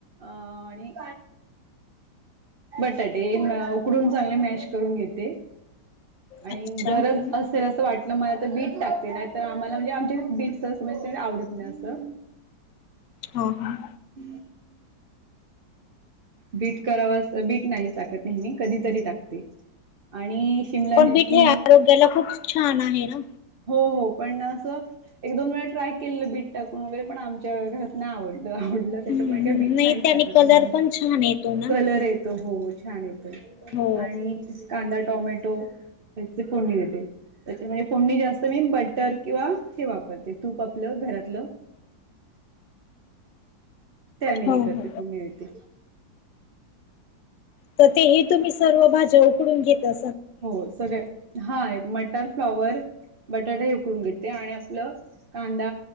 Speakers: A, on the right; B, on the left.
A: आणि बटाटे उकडून चांगले मॅश करून घेते, आणि
B: अच्छा
A: गरज
B: हम्म
A: अस जर असं वाटलं मला तर बीट टाकते. नाही तर, आम्हाला म्हणजे आमचे बीटज आवडत नाही असं
B: हो हं.
A: <unintelligible> बीट कराव अस बीट नाही टाकत नेहमी, कधीतरी टाकते आणि शिमला
B: पण
A: मिरची
B: बीट हे आरोग्याला खूप छान आहे ना.
A: हो हो, पण असं एक, दोन वेळा ट्राय केलंल बीट टाकून वगैरे पण आमच्या घरात नाही आवडलं. आवड
B: हम्म
A: त्याच्यामुळे काही बीट नाही
B: त्याने
A: टाकत
B: कलर
A: मु
B: पण छान येतो ना
A: कलर येत त हो हो, छान येतो
B: हो
A: आणि कांदा, टॉमॅटो फोडणी देते. त्याच्या मध्ये फोडणी जास्त मी बटर किंवा हे वापरते तूप आपलं घरातलं. त्यांनी
B: हो
A: हे करते,
B: हो
A: फोडणी देते.
B: तर ते हे तुम्ही सर्व भाज्या उकडून घेत त्या
A: हो, सगळ हा. मटर, फ्लॉवर, बटाटा हे उकडून घेते आणि आपलं कांदा